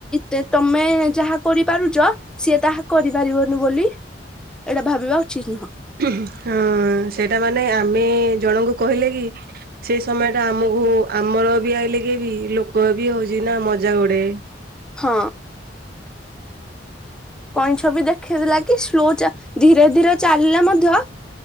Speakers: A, in the centre; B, on the right.
A: କି ତମେ ଯାହା କରିପାରୁଛ ସିଏ ତାହା କରିପାରିବନି। ବୋଲି ଏଇଟା ଭାବିବା ଉଚିତ ନୁହଁ।
B: ହଁ ସେଇଟା ମାନେ ଆମେ ଜଣଙ୍କୁ କହିଲେ କି ସେଇ ସମୟ ଟା ଆମକୁ ଆମର ବି ଆଇଲେ କି ବି ଲୋକ ବି ହଉଛି ନା ମଜାକ୍ ଉଡେଇବେ।
A: ହଁ। କଇଁଛ ବି ଦେଖେଇଦେଲା କି ସ୍ଲୋ ଚା ଧୀରେ ଧୀରେ ଚାଲିଲେ ମଧ୍ୟ